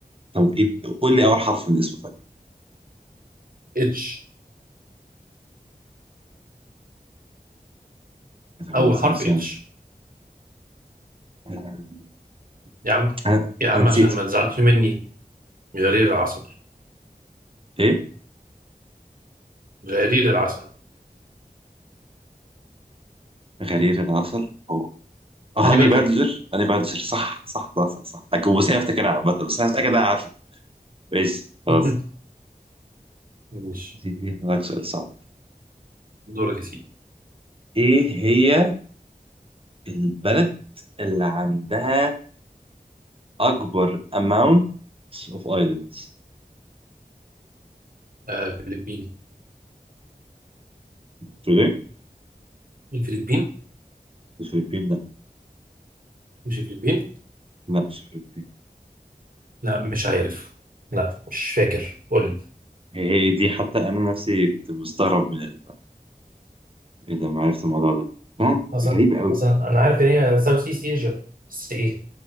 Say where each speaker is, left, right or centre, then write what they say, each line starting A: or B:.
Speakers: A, on the right; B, on the right.
A: طب ايه قول لي اول حرف من اسمه طيب
B: اتش اول
A: انا سنة
B: حرف اتش
A: آه.
B: يا عم
A: آه.
B: يا عم
A: نسيته
B: عشان ما تزعلش مني غرير العسل
A: ايه
B: غرير العسل
A: غرير العسل هو آه،
B: هاني
A: هاني
B: بادجر
A: بادجر هاني بادجر صح صح صح صح, صح. أكو- بس أنا كنت بصير افتكرها عامة بس انا متاكد إن انا عارفه ماشي خلاص
B: <laughs> ماشي
A: هسألك سؤال صعب
B: دورك يا سيدي
A: ايه هي البلد اللي عندها اكبر amount of islands
B: آه، الفلبين
A: تقول ايه
B: الفلبين
A: الفلبين لا
B: مش الفلبين
A: لا مش الفلبين
B: لا مش عارف لا مش فاكر قول لي
A: هي هي دي حتى انا نفسي كنت مستغرب من ال... ايه ده ما عرفت الموضوع ده بلد
B: اصلا
A: غريب قوي
B: اصلا انا عارف ان هي ساوث ايست ايجا بس ايه